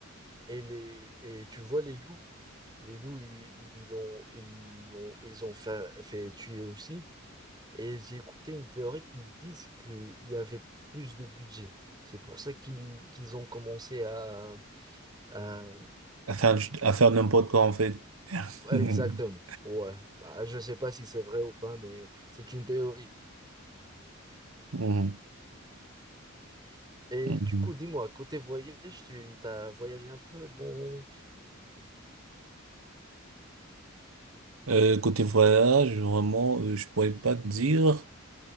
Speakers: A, on the right; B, on the right.
A: Et, les, et tu vois les loups. Les loups, ils ils l'ont, ils l'ont, ils ont fait, fait tuer aussi. Et j'ai écouté une théorie qui disent qu'il y avait plus de budget. C'est pour ça qu'ils qu'ils ont commencé à, à-
B: à faire,
A: à-
B: à faire n'importe quoi, en fait.
A: Exactement.
B: <laughs>
A: Ouais. Bah, je sais pas si c'est vrai ou pas, mais c'est une théorie.
B: Mhm.
A: Et
B: Mhm.
A: du coup, dis-moi, côté voyage, tu as voyagé un peu dans...
B: Euh, côté voyage, vraiment, euh, je pourrais pas te dire.